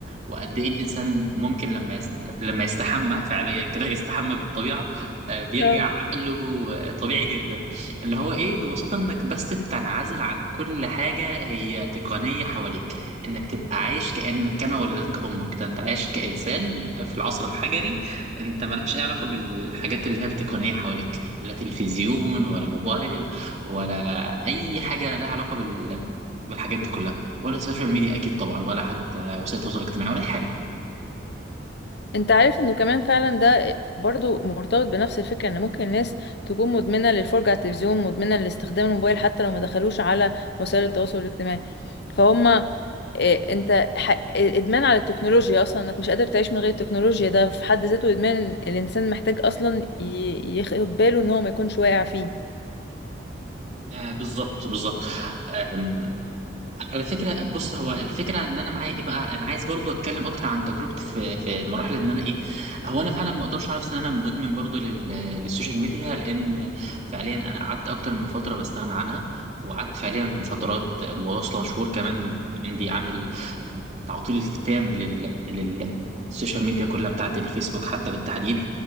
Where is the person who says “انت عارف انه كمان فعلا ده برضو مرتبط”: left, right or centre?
Left